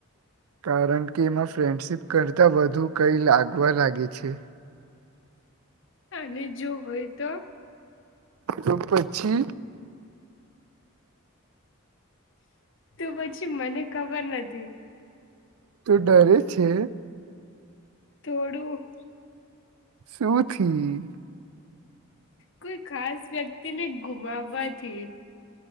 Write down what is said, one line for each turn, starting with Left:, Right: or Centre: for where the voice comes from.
Right: કારણ કે, એમાં ફ્રેન્ડશિપ કરતાં વધુ કંઈ લાગવા લાગે છે.
Left: અને જો હોય તો
Right: તો પછી
Left: તો પછી મને ખબર નથી.
Right: તું ડરે છે?
Left: થોડું.
Right: શું થીયું?
Left: કોઈ ખાસ વ્યક્તિને ગુમાવવાથી